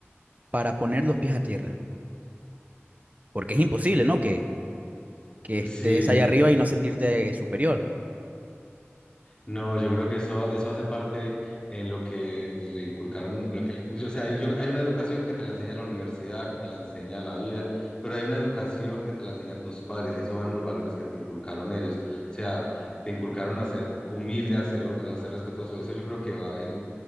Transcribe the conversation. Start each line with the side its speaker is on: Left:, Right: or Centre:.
Right: para poner los pies a tierra? porque es imposible, ¿no? Que, que estés
Left: Sí,
Right: allá arriba y no sentirte eh, superior,
Left: No, yo creo que eso, eso hace parte en lo que le inculcaron, lo que, o sea, hay- yo- hay una educación que te la enseña la universidad, que te la enseña la vida, pero hay una educación que te la enseñan tus padres y eso van los valores que te inculcaron ellos. O sea, te inculcaron a ser humilde, a ser, a ser respetuoso. Eso yo creo que va en,